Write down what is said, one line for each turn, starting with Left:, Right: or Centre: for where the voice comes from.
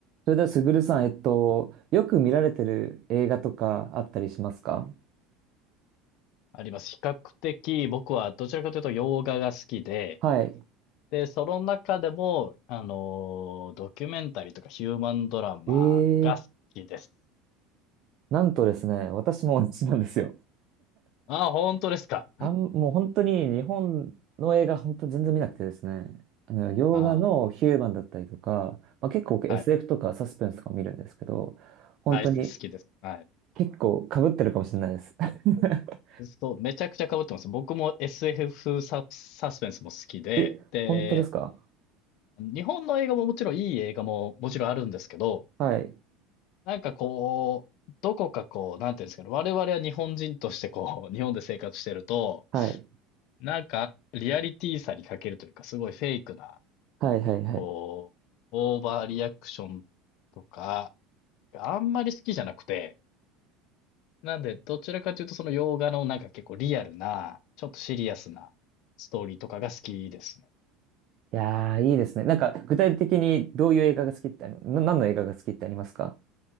Right: それでは、すぐるさん、えっと、よく見られてる映画とかあったりしますか
Left: あります。比較的僕はどちらかというと洋画が好きで、
Right: はい。
Left: で、その中でも、あの、ドキュメンタリーとかヒューマンドラマが好きです。
Right: ええなんとですね、私も同じなんですよ。
Left: ああ、本当ですか。
Right: あん、もう本当に日本の映画、本当全然見なくてですね、あの、洋画のヒューマンだったりとか、
Left: あ
Right: まあ、結構僕 SF
Left: あ、はい。
Right: とかサスペンスとか見るんですけど、本当に
Left: アイス好きです。はい。
Right: 結構被ってるかもしれないです。<laughs>
Left: そう、めちゃくちゃ被ってます。僕も SF サ、サスペンスも好きで、
Right: え、
Left: で、
Right: 本当ですか
Left: 日本の映画ももちろんいい映画ももちろんあるんですけど、
Right: はい。
Left: なんかこう、どこかこう、なんていうんですかね、我々は日本人としてこう、日本で生活してると、
Right: はい。
Left: なんか、リアリティさに欠けるというか、すごいフェイクな、
Right: はい、はい、はい。
Left: こう、オーバーリアクションとか、があんまり好きじゃなくて、なんで、どちらかというと、その洋画のなんか結構リアルな、ちょっとシリアスなストーリーとかが好きですね。
Right: いやー、いいですね。なんか、具体的にどういう映画が好きってあり、な、何の映画が好きってありますか